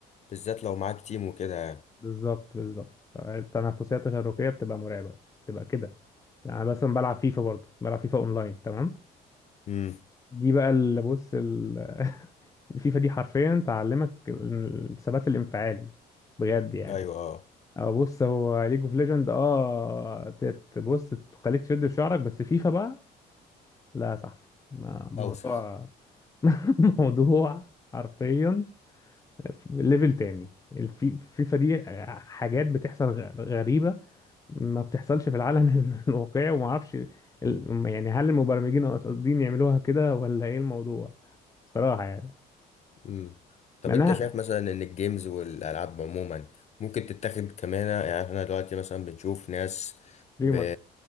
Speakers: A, on the left; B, on the left.
A: بالذات لو معاك تيم وكده يعني
B: بالظبط بالظبط التنافسيه التشاركيه بتبقى مرعبه بتبقى كده انا مثلا بلعب فيفا برضو بلعب فيفا اونلاين تمام
A: امم
B: دي بقى اللي بص ال... <laughs> فيفا دي حرفيا تعلمك الثبات الانفعالي بجد يعني
A: ايوه اه
B: اه بص هو ليج اوف ليجند اه تبص تخليك تشد في شعرك بس فيفا بقى لا يا صاحبي ما- موضوع
A: اوسخ
B: <laughs> موضوع حرفيا ليفل تاني الفي- الفيفا دي حاجات بتحصل غ- غريبة ما بتحصلش في العالم <laughs> الواقعي وما اعرفش ال- يعني هل المبرمجين قاصدين يعملوها كده ولا ايه الموضوع صراحة يعني
A: مم. طب
B: مع انها
A: انت شايف مثلا ان الجيمز والالعاب عموما ممكن تتاخد كمان يعني احنا دلوقتي مثلا بنشوف ناس
B: ريمر
A: ب...